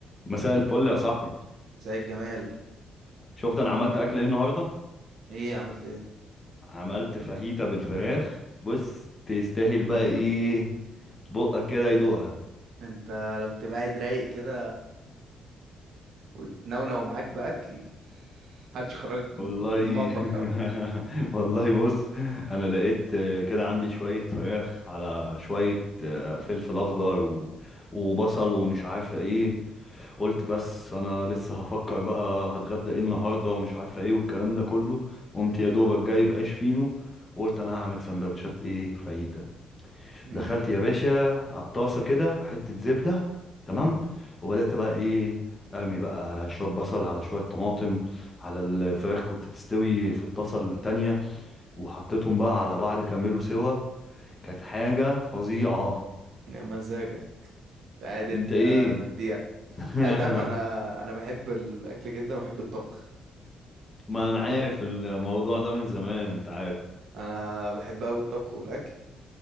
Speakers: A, on the left; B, on the right.
A: مساء الفل يا صاحبي
B: زي الجمال
A: شفت انا عملت اكل ايه النهارده
B: ايه عملت ايه
A: عملت فاهيتا بالفراخ بص تستاهل بقى ايه بقك كده يدوقها
B: انت لما تبقى قاعد رايق كده وتنونو معاك باكل <laughs> محدش يخرجك من
A: والله
B: من المطبخ
A: <laughs>
B: اوي
A: والله بص انا لقيت آه، كده عندي شويه فراخ على شويه آه، فلفل اخضر و... وبصل ومش عارفه ايه قلت بس انا لسه هفكر بقى هتغدى ايه النهارده ومش عارفه ايه والكلام ده كله قمت يا دوبك جايب عيش فينو وقلت انا هعمل سندوتشات ايه فاهيتا
B: امم
A: دخلت يا باشا على الطاسه كده حته زبده تمام وبدات بقى ايه ارمي بقى شويه بصل على شويه طماطم على الفراخ كنت تستوي في الطاسه التانية وحطيتهم بقى على بعض كملوا سوا كانت حاجه فظيعه
B: يا مزاجك انت قاعد انت
A: انت ايه
B: مديها
A: <laughs>
B: لا انت عارف انا انا بحب الاكل جدا وبحب الطبخ
A: ما انا عارف
B: عموما
A: الموضوع ده من زمان انت عارف
B: انا بحب اوي الطبخ والاكل